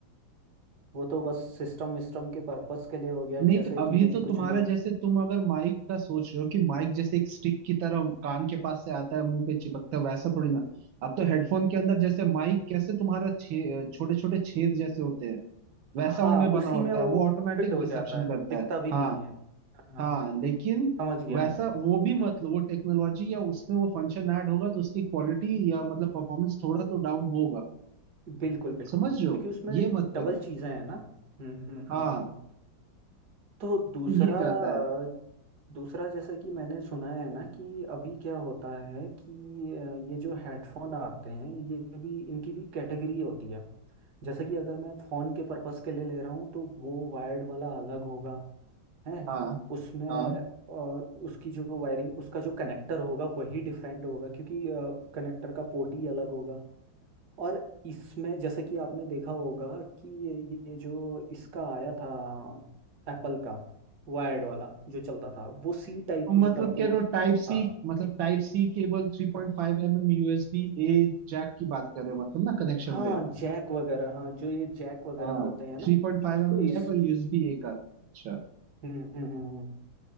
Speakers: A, on the right; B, on the right.
A: वो तो बस सिस्टम विस्टम के पर्पस के लिए हो गया
B: नहीं
A: जैसे
B: तो अभी
A: कि मुझे
B: तो तुम्हारा
A: कुछ
B: जैसे तुम अगर माइक का सोच रहे हो कि माइक जैसे एक स्टिक की तरह कान के पास से आता है मुंह पे चिपकता है वैसा थोड़ी ना अब तो हेडफोन के अंदर जैसे माइक कैसे तुम्हारा छे छोटे छोटे छेद जैसे होते हैं वैसा
A: हाँ
B: उनमें बना
A: उसी
B: होता
A: में वो
B: है वो ऑटोमेटिक
A: फिट हो
B: रिसेप्शन
A: जाता है
B: करता
A: दिखता
B: है
A: भी नहीं
B: हाँ
A: है हाँ
B: हाँ लेकिन
A: समझ गया
B: वैसा
A: मैं
B: वो भी मतलब वो टेक्नोलॉजी या उसमें वो फंक्शन ऐड होगा तो उसकी क्वालिटी या मतलब परफॉर्मेंस थोड़ा तो डाउन होगा
A: बिल्कुल बिल्कुल
B: समझ रहे हो
A: क्योंकि उसमें
B: ये मत
A: डबल
B: करो
A: चीजें हैं ना हम्म हम्म
B: हाँ
A: हम्म हम्म। तो दूसरा
B: तो ये जाता है
A: अ, दूसरा जैसा कि मैंने सुना है ना कि अभी क्या होता है कि अ, ये जो हेडफोन आते हैं ये भी इनकी भी कैटेगरी होती है जैसे कि अगर मैं फ़ोन के पर्पस के लिए ले रहा हूँ तो वो वायर्ड वाला अलग होगा है
B: हाँ
A: उसमें
B: हाँ
A: अ, उसकी जो वायरिंग उसका जो कनेक्टर होगा वही डिफरेंट होगा क्योंकि कनेक्टर का पोर्ट ही अलग होगा और इसमें जैसे कि आपने देखा होगा कि ये ये जो इसका आया था एप्पल का वायर्ड वाला जो चलता था वो सी टाइप
B: तो मतलब
A: उसका पोर्ट
B: कह रहे हो
A: था
B: टाइप सी मतलब type C cable three point five M M USB A jack की बात कर रहे हो मतलब ना कनेक्शन
A: हाँ
B: पे
A: जैक वगैरह हाँ जो ये जैक वगैरह
B: हाँ
A: होते हैं ना
B: Three point five M
A: तो
B: M
A: इस
B: jack और यूएसबी ए का अच्छा
A: हम्म हम्म हम्म, हम्म।